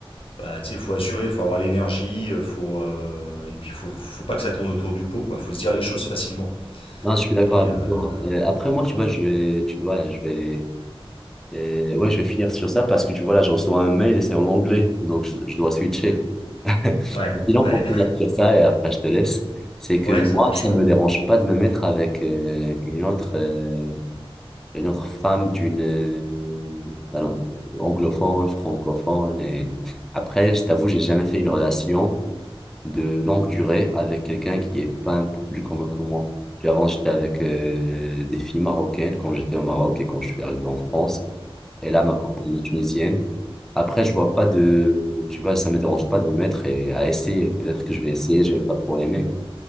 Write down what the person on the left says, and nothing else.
bah, tu sais, faut assurer, faut avoir l'énergie, euh, faut, euh, et puis faut, faut pas que ça tourne autour du pot, quoi, faut se dire les choses facilement.
Et,
euh,
ouais,
ouais,
ouais,
<laughs>
ouais,
ça marche,
ouais.